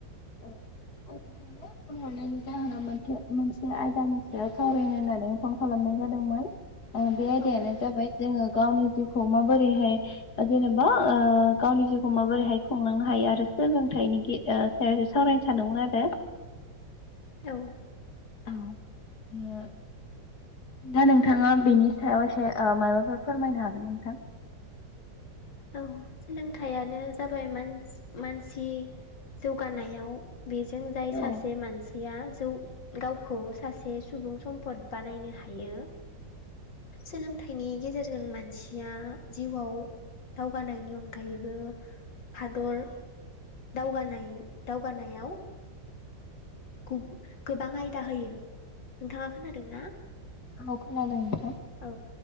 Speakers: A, on the left; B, on the left.
A: औ आं नोंथांनो फन हरनायनि जाहोना मोन मोनसे आयदानि सायाव सावरायनो होन्नानै फन खालामनाय जादोंमोन। अ बे आयदायानो
B: औ
A: जाबाय जोङो गावनि जिउखौ माबोरैहाय जेनेबा ओ गावनि जिउखौ माबोरैहाय खुंलांनो हायो आरो सोलोंथाइनि गे ओ सायाव सावरायनो सानदोंमोन आरो।
B: औ
A: औ बियो दा नोंथाङा बेनि सायाव एसे ओ मायबाफोर फोरमायनो हागोन नोंथां।
B: औ सोलोंथाइयानो जाबाय मान-मानसि जौगानायाव बिजों जाय
A: औ
B: सासे मानसि या जौ गावखौ सासे सुबुं सम्पद बानायनो हायो सोलोंथाइनि गेजेरजों मानसिया जिउआव दावगानायनि अनगायैबो हादर दावगानाय दावगानायाव गु गोबां आयदा होयो नोंथाङा खोनादों ना।
A: औ खोनादों नोंथां‌।
B: औ